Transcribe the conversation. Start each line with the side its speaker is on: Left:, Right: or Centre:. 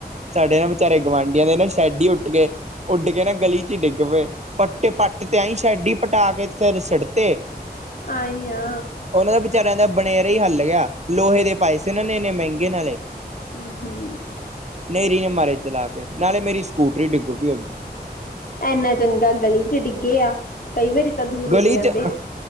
Right: ਸਾਡੇ ਨਾ ਵਿਚਾਰੇ ਗੁਆਂਢੀਆਂ ਦੇ ਨਾ ਸ਼ੈਡ ਈ ਉੱਡ ਗਏ ਉੱਡ ਕੇ ਨਾ ਗਲੀ ਚ ਡਿੱਗ ਪਏ। ਪੱਟੇ ਪੱਟ ਤੇ ਆਈ ਸ਼ੈਡੀ ਪਟਾ ਕੇ ਫਿਰ ਸੜ ਤੇ,
Left: ਐਈ ਐ।
Right: ਉਹਨਾਂ ਦਾ ਵਿਚਾਰਿਆਂ ਦਾ ਬਨੇਰਾ ਈ ਹੱਲ ਗਿਆ ਲੋਹੇ ਦੇ ਪਾਏ ਸੀ ਉਹਨਾਂ ਨੇ ਇੰਨੇ ਮਹਿੰਗੇ ਨਾਲੇ।
Left: ਹੂੰ-ਹੂੰ,
Right: ਨੇਰੀ ਨੇ ਮਾਰੇ ਚਲਾ ਕੇ ਨਾਲੇ ਮੇਰੀ ਸਕੂਟਰੀ ਡਿੱਗ ਪਈ ਉ
Left: ਇੰਨਾ ਚੰਗਾ ਗਲੀ ਚ ਡਿੱਗੇ ਆ। ਕਈ ਵਾਰੀ ਤਾਂ ਦੂਰ ਉੱਡ
Right: ਗਲੀ
Left: ਜਾਂਦੇ
Right: ਚ
Left: ਆ।